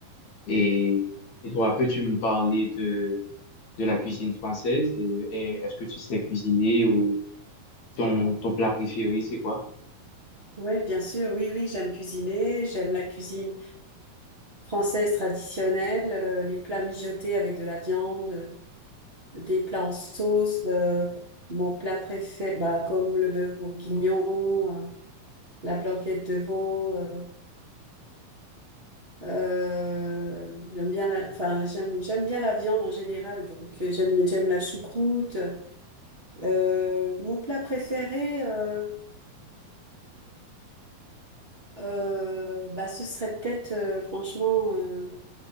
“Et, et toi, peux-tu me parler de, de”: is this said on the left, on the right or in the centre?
Left